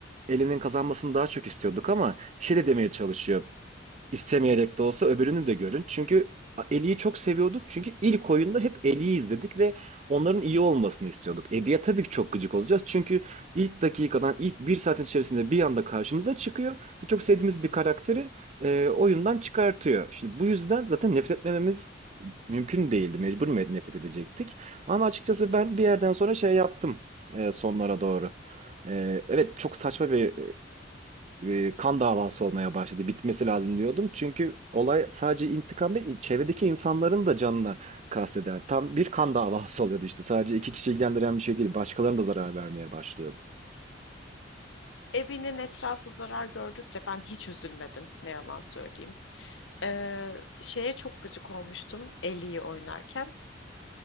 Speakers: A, on the right (about 35°); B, on the left (about 75°).
A: elinin kazanmasını daha çok istiyorduk ama şey de demeye çalışıyor istemeyerek de olsa öbürünü de görün. Çünkü Ellie'yi çok seviyorduk. Çünkü ilk oyunda hep Ellie'yi izledik ve onların iyi olmasını istiyorduk. Abby'ye tabii ki çok gıcık olacağız. Çünkü ilk dakikadan, ilk bir saatin içerisinde bir anda karşımıza çıkıyor. Ve çok sevdiğimiz bir karakteri e, oyundan çıkartıyor. Şimdi bu yüzden zaten nefret etmememiz mümkün değildi. Mecbur me- nefret edecektik. Ama açıkçası ben bir yerden sonra şey yaptım e, sonlara doğru. E, evet çok saçma bir e, kan davası olmaya başladı. Bitmesi lazım diyordum. Çünkü olay sadece intikam değil, çevredeki insanların da canına kasteden tam bir kan davası <laughs> oluyordu işte. Sadece iki kişi ilgilendiren bir şey değil, başkalarına da zarar vermeye başlıyordu.
B: Ebi'nin etrafı zarar gördükçe ben hiç üzülmedim ne yalan söyleyeyim. Ee, şeye çok gıcık olmuştum Ellie'yi oynarken.